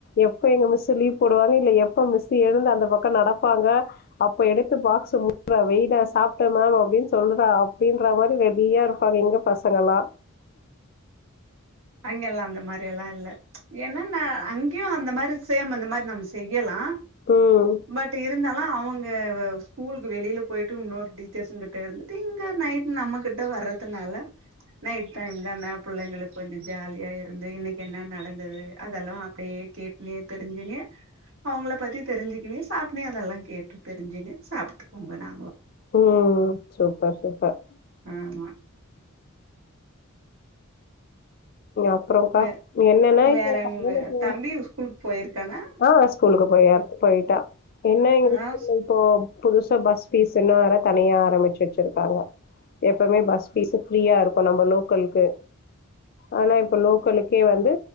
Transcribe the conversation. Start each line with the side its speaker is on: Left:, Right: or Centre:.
Left: எப்ப எங்க மிஸ் லீவ் போடுவாங்க இல எப்ப மிஸ் எழுந்து அந்த பக்கம் நடப்பாங்க அப்ப எடுத்து பாக்ஸ் மு <unintelligible> வெயிடா சாப்ட்ட மேம் அப்படின்னு சொல்ற அப்படின்ற அ மாதிரி ரெடியா இருப்பாங்க எங்க பசங்கலா
Right: அங்க எல்லாம் அந்த மாதிரி எல்லாம் இல்ல ஏனன்னா அங்கயும் அந்த மாதிரி சேம் அந்த மாதிரி நம்ம செய்யலா
Left: ம்
Right: பட் இருந்தா அவங்க ஸ்கூலுக்கு வெளியில போயிட்டு இன்னொரு டீச்சர்ஸ் கிட்ட இருந்து இங்க நைட் நம்ம கிட்ட வர்றதுனால நைட் டைம் தான்னா பிள்ளைங்களுக்கு கொஞ்சம் ஜாலியா இருந்து இன்னைக்கு என்ன நடந்தது அதெல்லா அப்டியே கேட்னே தெரிஞ்சிங்கனே அவங்கள பத்தி தெரிஞ்சுக்க இனி சாப்ட்னே அதெல்லா கேட்டுதெரிஞ்சிக்குனு சாப்பிட்டுக்கோங்க நாங்களும்
Left: ம் சூப்பர் சூப்பர்
Right: ஆமா
Left: அப்புறம்கா
Right: வே
Left: என்னன்னா இங்க
Right: வேற
Left: பசங்களுக்கு
Right: உங்க தம்பி ஸ்கூலுக்கு போயிருக்கானா
Left: ஆ ஸூலுக்கு போய போயிட்டா என்ன இங்கீஷ்
Right: ஆ
Left: இப்போ புதுச பஸ் ஃபீஸ் இன்னு வேற தனியா ஆரம்பிச்சு வச்சிருக்காங்க எப்பவுமே பஸ் ஃபீஸ் ஃப்ரீயா இருக்கு நம்ம லோக்கலுக்கு ஆனா இப்ப லோக்கலுக்கே வந்து